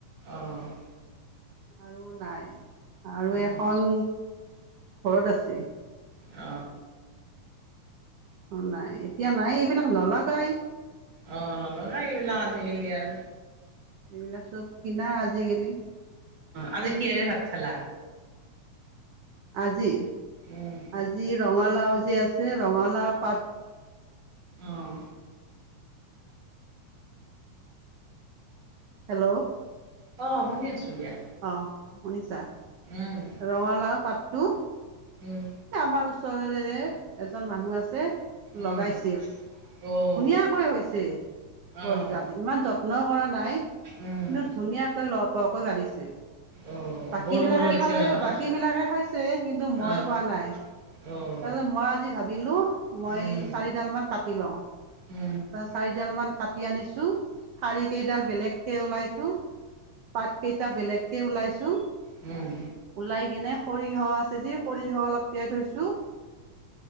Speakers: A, on the right; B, on the right.
A: অহ
B: আৰু নাই। আৰু
A: অ'
B: এখন ঘৰত আছে।
A: অ।
B: অ নাই এতিয়া নাই এইবিলাক নলগাই
A: অহ নলগাই এইবিলাক আজিকালি আহ
B: এইবিলাক চব কিনা আজিকালি
A: আজি কিহেৰে ভাত খালা
B: আজি
A: উম
B: আজি ৰঙালাও যে আছে ৰঙালাও পাত
A: অহ
B: হেল্ল'
A: অ শুনি আছো দিয়া
B: অ শুনিছা
A: উম
B: ৰঙালাও পাত টো
A: উম
B: আমাৰ ওচৰৰৰে এজন মানুহ আছে
A: উম
B: লগাইছিল ধুনীয়াকৈ
A: অ'
B: হৈছে
A: অ'
B: গছডাল ইমান যত্ন কৰা নাই কিন্তু
A: উম
B: ধুনীয়াকে ল কৈ ব ছে
A: অ'
B: বাকী
A: বৰষুণো
B: বিলাকে
A: দিছে
B: খালে
A: নহয়
B: বাকী বিলাকে খাইছে কিন্তু মই
A: অ'
B: খোৱা নাই
A: অ'
B: তাৰপিছত মই আজি ভাবিলো মই
A: উম
B: চাৰিডাল মান কাটি লওঁ।
A: অ',
B: চাৰিডাল মান কাটি আনিছোঁ ঠাৰি কেইডাল বেলেগকে ওলাইছো। পাত কেইটা বেলেগ তে ওলাইছোঁ
A: উম।
B: ওলাই কিনে সৰিয়হ আছে যে সৰিয়হ অলপ তিয়াই থৈছো।